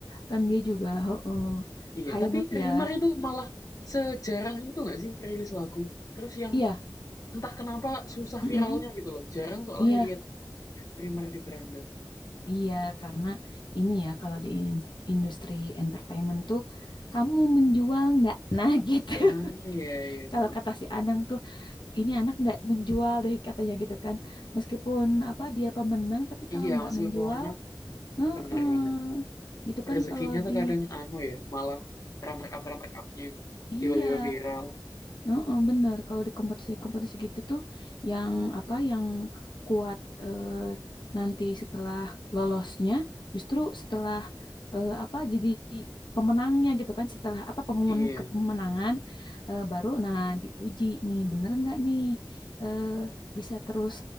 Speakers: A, on the left; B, on the left.
A: kan dia juga heeh,
B: Iya,
A: high
B: tapi
A: note ya.
B: Rimar itu malah sejarang itu nggak sih rilis lagu. Terus yang
A: Iya,
B: entah kenapa susah
A: mm-mm,
B: viralnya gitu loh. Jarang soalnya
A: iya,
B: lihat Rimar di beranda.
A: iya karena ini ya kalau di in- industri entertainment tuh kamu menjual nggak? Nah gitu. <laughs>
B: Ah iya iya.
A: Kalau
B: heeh.
A: kata si Anang tuh, ini anak nggak menjual deh katanya gitu kan. Meskipun apa dia pemenang, tapi kalau
B: Iya,
A: nggak
B: meskipun
A: menjual,
B: pewarna
A: heeh,
B: benar-benar
A: gitu kan
B: rezekinya
A: kalau
B: tuh
A: di
B: kadang anu ya, malah runner up runner upnya yang
A: iya
B: tiba-tiba viral.
A: Heeh, bener. Kalau di kompetisi-kompetisi gitu tuh yang apa yang kuat eh, nanti setelah lolosnya justru setelah eh, apa jadi pemenangnya gitu kan setelah apa pengumuman
B: Iya
A: kepemenangan eh, baru nah diuji nih bener nggak nih eh, bisa terus